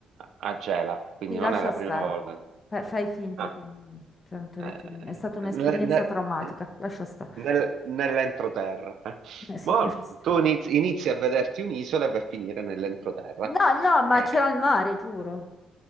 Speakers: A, on the right (about 70°); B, on the left (about 30°).
A: A Gela, quindi
B: Sì,
A: non
B: lascia
A: è la
B: stare.
A: prima volta.
B: Fai, fai finta
A: Ah,
B: che non, cioè, non ti
A: eh,
B: ho detto niente. È stata un'esperienza
A: ne- ne-
B: traumatica.
A: eh,
B: Lascia stare.
A: nel- nell'entroterra. eh.
B: Eh sì,
A: Buono,
B: lascia stare.
A: tu inizi, inizi a vederti un'isola e per finire nell'entroterra.
B: No, no, ma
A: Eh,
B: c'era il mare, giuro.